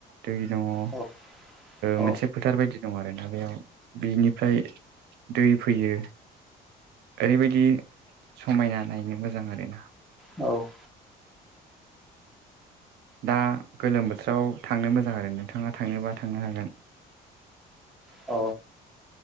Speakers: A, on the right; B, in the centre.
A: दै दङ ओ
B: औ औ
A: मोनसे फोथार बायदि दङ आरोना बेयाव। बिनिफ्राय दै फैयो ओरैबायदि समायना नायनो मोजां आरोना।
B: औ
A: दा गोलोम बोथोराव थांनो मोजां आरो नोंथाङा थांनोबा थांनो हागोन?
B: अ